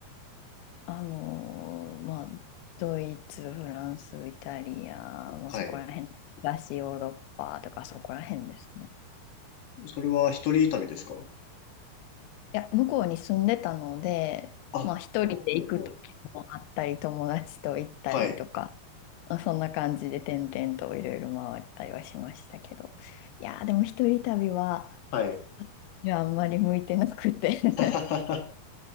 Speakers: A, on the left; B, on the left.
A: あのーまあ、ドイツ、フランス、イタリア、まあ、
B: はい。
A: そこら辺、東ヨーロッパとかそこら辺ですね。
B: それは一人旅ですか
A: いや、向こうに住んでたので、
B: あ、
A: まあ一人で行く時もあったり、
B: ほうほうほう。
A: 友達と行ったりとか、
B: はい。
A: まあ、そんな感じで点々といろいろ回ったりはしましたけど、いやー、でも一人旅は、
B: はい。
A: 私にはあんまり向いてなくて
B: <laughs>
A: <laughs>